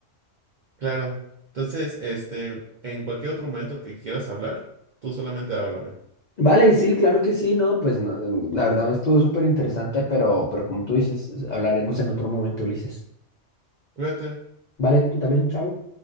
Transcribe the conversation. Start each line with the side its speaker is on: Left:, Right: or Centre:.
Right: Claro. Entonces, este, en cualquier otro momento que quieras hablar, tú solamente háblame.
Left: Vale, sí, claro que sí, no, pues no, la verdad estuvo súper interesante, pero, pero como tú dices, hablaremos en otro momento, Ulises.
Right: Cuídate.
Left: Vale, tú también, chao.